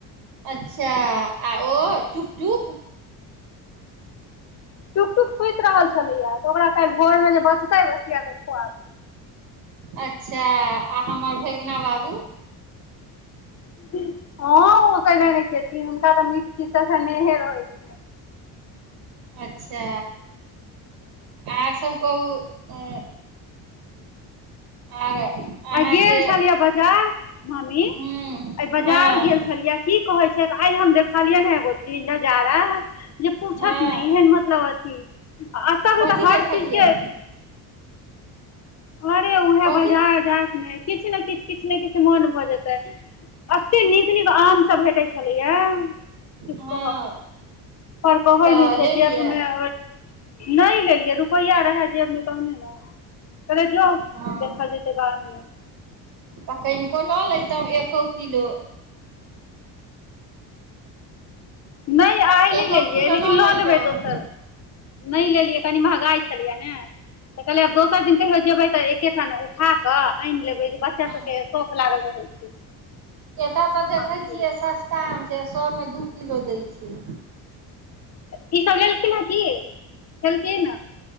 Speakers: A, on the right; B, on the left.
A: अच्छा आ ओ टुक टुक
B: टुकटुक सुति रहल छलैएा तऽ ओकरा काल्हि भोरमे जे बचतै बसिया त खुआद
A: अच्छा आ हमर भगीना बाबू
B: हँ ओ कहिने नहि खेतीन हुनका तऽ मीठ चीट तसँ नहिहे रहै छै
A: अच्छा आरसभ कहू आर अहाँके
B: आ गेल छलियै बाजार मम्मी
A: हूँ
B: आइ बाजार
A: हँ
B: गेल छलियै की कहै आइ हम देखलियै ने एगो चीज नजारा जे पूछत
A: हँ
B: ने ऐहन मतलब ठीक एतयके
A: कथी
B: तऽ हर
A: देखलियै
B: चीजके अरे उएह
A: कथी
B: बाजार जाइतमे किछु ने किछु किछु ने किछु मोन भऽ जेतै एते नीक नीक आम सब भेटै छलैया कहब
A: हँ
B: पर कहै
A: तऽ
B: नै छय
A: लेलियै
B: जबमे नहि लेलियै रुपैआ रहय जेबमे तहने ने धरि जो
A: हँ
B: देखल जेत बाद मे ह
A: तऽ कनिको लऽ लैतहु एक किलो
B: नहि आइ नहि
A: एको
B: लेलिये
A: किलो
B: लेकिन लऽ
A: लैतहुँ
B: लेबै दोसर दिन नहि लेलियै कनि महँगाइ छलियै ने तऽ कहलियै आब दोसर दिन कहियो जेबै तऽ एकेठाम उठा कऽ आनि लेबै जे बच्चा
A: हँ
B: सभके शौख लागल रहैत छै
A: एतय तऽ देखै
B: आमके
A: छियै
B: लेल
A: सस्ता आम छै सए मे दू किलो दै छी
B: ऽ ईसभ लेलखिन हेँ की छलेलखिन